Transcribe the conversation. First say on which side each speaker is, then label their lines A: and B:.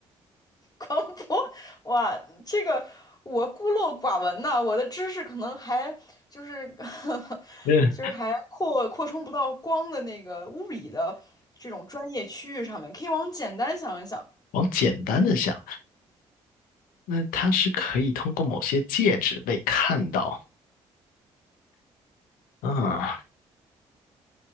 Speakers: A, on the left; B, on the left.
A: <laughs> 光播，哇，这个我孤陋寡闻呐、我的知识可能还就是 <laughs>
B: 嗯，
A: 就是还扩扩充不到光的那个物理的这种专业区域上面，可以往简单想一想。
B: 往简单的想，那它是可以通过某些介质被看到，嗯，